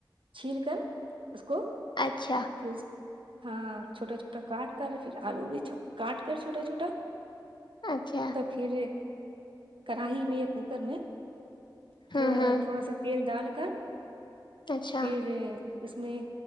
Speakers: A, on the right; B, on the left.
A: چھیل کر اس کو
B: اچھا
A: فز ہاں چھوٹا چھوٹا کارڈ کر پھر آلو بھی چھ کاٹ کر چھوٹا چھوٹا
B: اچھا
A: تو پھر کری میں یا کوکر میں تھو
B: ہوں ہوں
A: تھوڑا سا تیل ڈال کر
B: اچھا
A: پھر اس میں